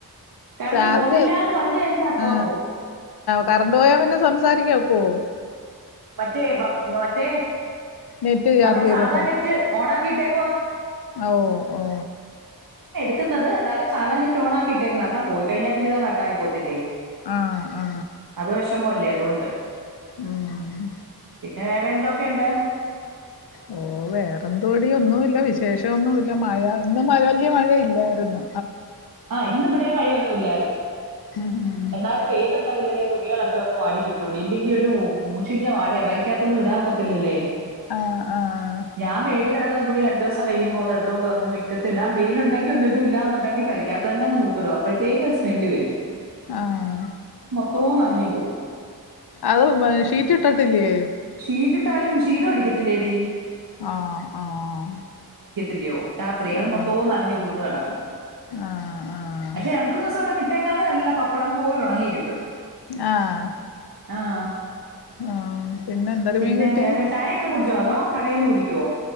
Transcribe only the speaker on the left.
ചാർജ്
ആ
കറണ്ട് പോയാ പിന്നെ സംസാരിക്കക്കോ
നെറ്റ് ചാർജ്
ചെയ്തിട്ട്
ഓ ഓ
ആ ആ
ഉം
ഓ വേറെന്തോടിയ ഒന്നുമല്ല വിശേഷംന്നുമ ഇല്ല മഴ ഇന്ന് മ വലിയ മഴ ഇല്ലായിരുന്നു
ഉം ഉം
ആ ആ
ആഹ്
അത് ഷീറ്റ് ഇട്ടിട്ടില്ലയേ
ആഹ് ആഹ്
ആഹ്
ആഹ് ആഹ്
ആഹ്
ആഹ് പിന്നെ എന്തൊരു
മീൻ കിട്ടി